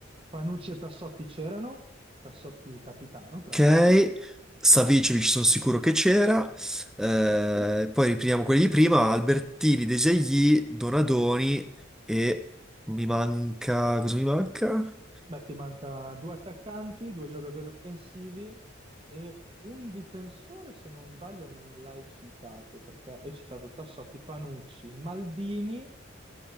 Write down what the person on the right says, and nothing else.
Panucci e Tassotti c'erano, Tassotti capitano, tra
l'altro,
certo.
Beh, ti manca due attaccanti, due giocatori offensivi e un difensore, se non sbaglio, non l'hai citato, perché hai citato Tassotti, Panucci, Maldini,